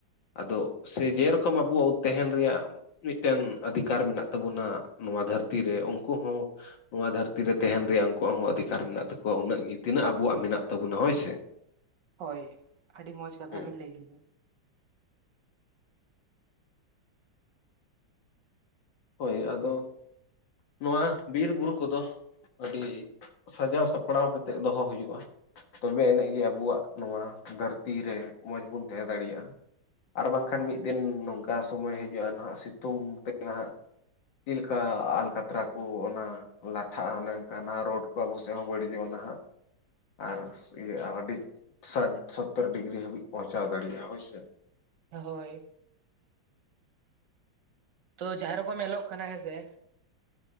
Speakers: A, on the left; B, on the right.
A: ᱟᱫᱚ ᱥᱮ ᱡᱮᱨᱚᱠᱚᱢ ᱟᱵᱩ ᱛᱮᱦᱮᱱ ᱨᱮᱭᱟᱜ ᱢᱤᱫᱴᱮᱱ ᱟᱹᱫᱷᱤᱠᱟᱨ ᱢᱮᱱᱟᱜ ᱛᱟᱵᱚᱱᱟ ᱱᱚᱣᱟ ᱫᱷᱟᱹᱨᱛᱤ ᱨᱮ ᱩᱱᱠᱩ ᱦᱚᱸ ᱱᱚᱣᱟ ᱫᱷᱟᱹᱨᱛᱤ ᱨᱮ ᱛᱮᱦᱮᱱ ᱨᱮᱭᱟᱜ ᱩᱱᱠᱩᱣᱟᱜ ᱦᱚᱸ ᱚᱫᱷᱤᱠᱟᱨ ᱢᱮᱱᱟᱜ ᱛᱟᱠᱚᱣᱟ ᱩᱱᱟᱹᱜ ᱜᱤ ᱛᱤᱱᱟᱹᱜ ᱟᱵᱚᱣᱟᱜ ᱢᱮᱱᱟᱜ ᱛᱟᱵᱚᱱᱟ ᱦᱳᱭ ᱥᱮ᱾
B: ᱦᱳᱭ ᱟᱹᱰᱤ ᱢᱚᱸᱡᱽ ᱠᱟᱛᱷᱟ
A: ᱦᱩᱸ
B: ᱵᱤᱱ ᱞᱟᱹᱭ ᱠᱮᱜ
A: ᱦᱳᱭ ᱟᱫᱚ ᱱᱚᱣᱟ ᱵᱤᱨ ᱵᱩᱨᱩ ᱠᱚᱫᱚ ᱟᱹᱰᱤ ᱥᱟᱡᱟᱣ ᱥᱟᱯᱲᱟᱣ ᱠᱟᱛᱮᱜ ᱫᱚᱦᱚ ᱦᱩᱭᱩᱜᱼᱟ᱾ ᱛᱚᱵᱮ ᱟᱹᱱᱮᱡ ᱜᱮ ᱟᱵᱚᱣᱟᱜ ᱱᱚᱣᱟ ᱫᱷᱟᱹᱨᱛᱤ ᱨᱮ ᱢᱚᱸᱡᱽ ᱵᱩᱱ ᱛᱮᱦᱮ ᱫᱟᱲᱮᱭᱟᱜ-ᱟ᱾ ᱟᱨ ᱵᱟᱝᱠᱷᱟᱱ ᱢᱤᱫ ᱫᱤᱱ ᱱᱚᱝᱠᱟ ᱥᱚᱢᱚᱭ ᱦᱤᱡᱩᱜ-ᱟ ᱱᱟᱦᱟᱜ ᱥᱤᱛᱩᱝ ᱛᱮ ᱱᱟᱦᱟᱜ ᱪᱤ ᱞᱮᱠᱟ ᱟᱞᱠᱟᱛᱨᱟ ᱠᱩ ᱚᱱᱟ ᱵᱚᱝᱜᱟ ᱴᱦᱟ ᱦᱟᱱᱮ ᱦᱟᱱᱠᱟᱱᱟᱜ ᱨᱳᱰ ᱠᱚ ᱟᱵᱩ ᱥᱮᱜ ᱦᱚᱸ ᱵᱟᱹᱲᱤᱡᱚᱜ-ᱟ ᱱᱟᱦᱟᱜ᱾ ᱟᱨ ᱥᱤᱭᱟᱹ ᱟᱨ ᱟᱹᱰᱤ ᱥᱟᱴ ᱥᱳᱛᱛᱚᱨ ᱰᱤᱜᱽᱨᱤ ᱦᱟᱹᱵᱤᱡ ᱯᱚᱦᱪᱷᱟᱣ ᱫᱟᱲᱤᱭᱟᱜ-ᱟ ᱦᱳᱭᱥᱮ᱾
B: ᱦᱳᱭ ᱛᱚ ᱡᱟᱦᱟᱸ ᱨᱮᱠᱚ ᱢᱮᱞᱚᱜ ᱠᱟᱱᱟ ᱦᱮᱸᱥᱮ